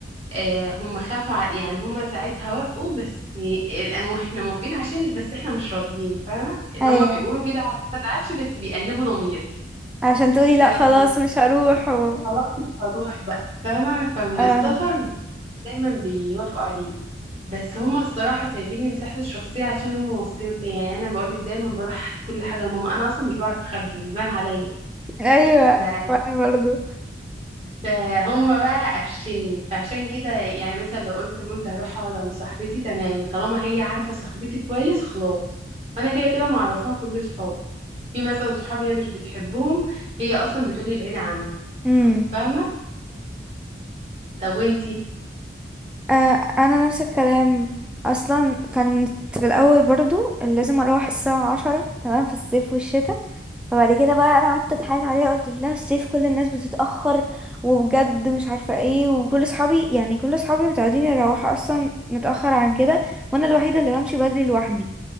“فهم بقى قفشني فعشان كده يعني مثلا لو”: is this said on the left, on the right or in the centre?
Right